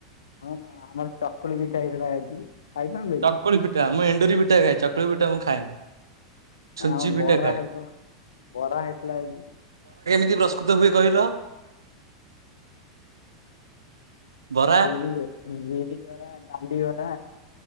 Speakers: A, on the left; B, on the right.
A: ହଁ ଆମର ଚକୁଳି ପିଠା ହେଇଥିଲା ଆଜି। ଖାଇଥାନ୍ତେ
B: ଚକୁଳି
A: କି?
B: ପିଠା, ମୁଁ ଏଣ୍ଡୁରି ପିଠା ଖାଏ। ଚକୁଳି ପିଠା ମୁଁ ଖାଏନି। ଛୁଞ୍ଚି
A: ଆଉ
B: ପିଠା
A: ବରା
B: ଖାଏ।
A: ହେଇଥିଲା। ବରା ହେଇଥିଲା ଏବେ।
B: କି ପ୍ରସ୍କୃତ ହୁଏ କହିଲ? ବରା
A: ବିରିରେ, ହୁଁ, ବିରିବରା, ଡାଲି ବରା।